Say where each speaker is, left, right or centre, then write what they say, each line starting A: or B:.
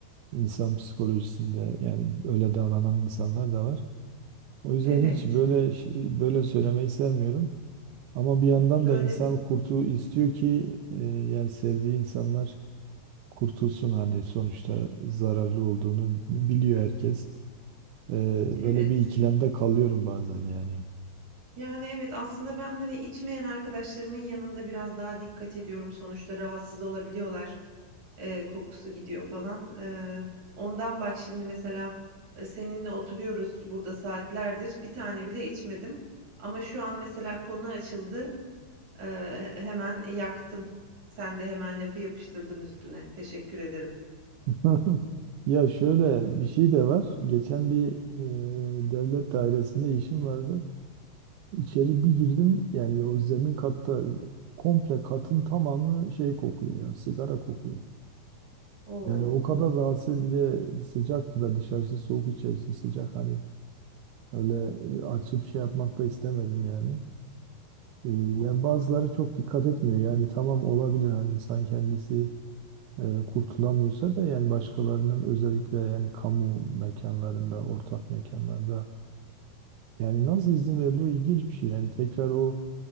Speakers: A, on the right (about 75°); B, on the right (about 45°).
A: insan psikolojisinde yani öyle davranan insanlar da var. O yüzden
B: Evet,
A: hiç böyle ş- böyle söylemeyi sevmiyorum. Ama bir yandan
B: söyledin.
A: da insan kurtu istiyor ki e, yani sevdiği insanlar kurtulsun hani sonuçta zararlı olduğunu biliyor herkes. Ee,
B: Evet.
A: böyle bir ikilemde kalıyorum bazen yani.
B: Yani evet aslında ben hani içmeyen arkadaşlarımın yanında biraz daha dikkat ediyorum. Sonuçta rahatsız olabiliyorlar. e, kokusu gidiyor falan. E, ondan bak şimdi mesela e, seninle oturuyoruz burada saatlerdir. Bir tane bile içmedim. Ama şu an mesela konu açıldı. Eee, hemen yaktım. Sen de hemen lafı yapıştırdın üstüne. Teşekkür ederim.
A: Ha, ya şöyle bir şey de var. Geçen bir e, devlet dairesinde işim vardı. İçeri bir girdim yani o zemin katta komple katın tamamı şey kokuyor ya sigara kokuyor.
B: Oo,
A: Yani o kadar rahatsız bile sıcaktı da dışarısı soğuk içerisi sıcak hani öyle açıp şey yapmak da istemedim yani. E, yani bazıları çok dikkat etmiyor yani tamam olabilir hani insan kendisi e, kurtulamıyorsa da yani başkalarının özellikle yani kamu mekanlarında, ortak mekanlarda yani nasıl izin veriliyor ilginç bir şey. Yani tekrar o